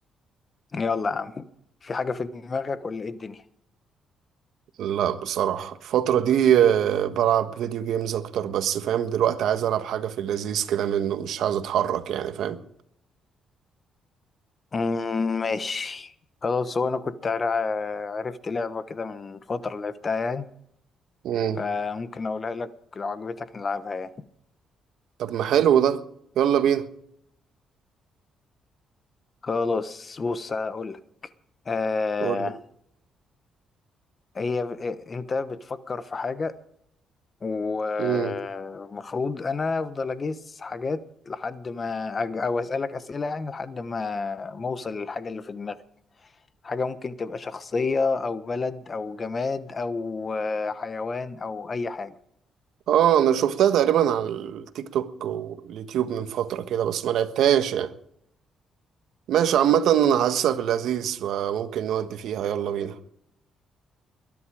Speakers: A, on the left (about 35°); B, on the right (about 75°).
A: يلا يا عم في حاجه في دماغك ولا ايه الدنيا
B: لا بصراحة الفترة دي آه، بلعب فيديو جيمز اكتر بس فاهم دلوقتي عايز العب حاجة في اللذيذ كده منه مش عايز اتحرك يعني فاهم
A: أمم، ماشي خلاص هو انا كنت عر- عرفت لعبه كده من فتره لعبتها يعني
B: مم.
A: فممكن اقولها لك لو عجبتك نلعبها يعني
B: طب ما حلو ده يلا بينا
A: خلاص بص هقول لك آه
B: قول لي
A: هي ب- انت بتفكر في حاجه ومفروض
B: مم.
A: انا افضل اجيس حاجات لحد ما أج... او اسالك اسئله يعني لحد ما ما اوصل للحاجه اللي في دماغي حاجه ممكن تبقى شخصيه او بلد او جماد او آه، حيوان او اي حاجه
B: اه انا شفتها تقريبا على التيك توك واليوتيوب من فترة كده بس ما لعبتهاش يعني ماشي عامة انا حاسسها في اللذيذ وممكن نودي فيها يلا بينا